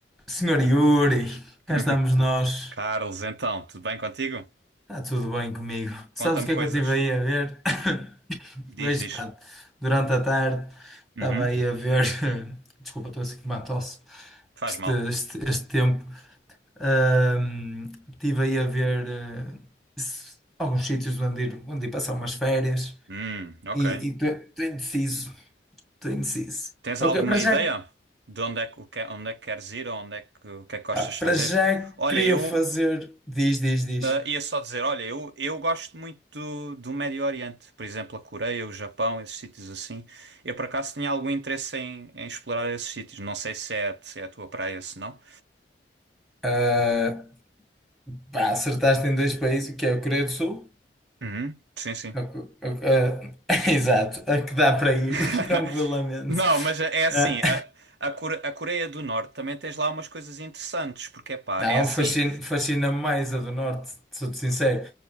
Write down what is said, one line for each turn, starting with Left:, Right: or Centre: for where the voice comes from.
Centre: Senhor Yuri,
Right: <laughs>
Centre: cá estamos nós.
Right: Carlos, então, tudo bem contigo?
Centre: Está tudo bem comigo. Sabes
Right: Conta-me
Centre: o que
Right: coisas.
Centre: é que eu estive aí a ver? <laughs> <coughs>
Right: Diz,
Centre: Vejo,
Right: diz.
Centre: pá, durante a tarde estava
Right: Uhum.
Centre: aí a ver. <laughs> <coughs> Desculpa, estou assim com uma tosse.
Right: Faz
Centre: Este,
Right: mal.
Centre: este, este tempo. Ahm, estive aí a ver eh, se- alguns sítios onde ir, onde ir passar umas férias
Right: Hum, ok.
Centre: e estou indeciso. Estou indeciso.
Right: Tens
Centre: Eu
Right: alguma
Centre: que- para já,
Right: ideia de onde é que, o que- onde é que queres ir ou onde é que, o que é que gostas
Centre: pá, para
Right: de fazer?
Centre: já
Right: Olha,
Centre: queria
Right: eu
Centre: fazer. Diz, diz, diz.
Right: ah, ia só dizer, olha, eu, eu gosto muito do, do Médio Oriente, por exemplo, a Coreia, o Japão, esses sítios assim. Eu por acaso tinha algum interesse em, em explorar esses sítios. Não sei se é, se é a tua praia, se não.
Centre: Ah, Pá, acertaste em dois países, que é a Coreia do Sul.
Right: Uhum. Sim, sim.
Centre: a co- a- a- <laughs> exato, a que dá para ir <laughs>
Right: <laughs>
Centre: tranquilamente.
Right: Não, mas é assim,
Centre: Ah,
Right: a, a, Core- a Coreia do Norte também tens lá umas coisas interessantes, porque é pá,
Centre: não,
Right: é assim,
Centre: fascina, fascina-me mais a do Norte, sou-te sincero.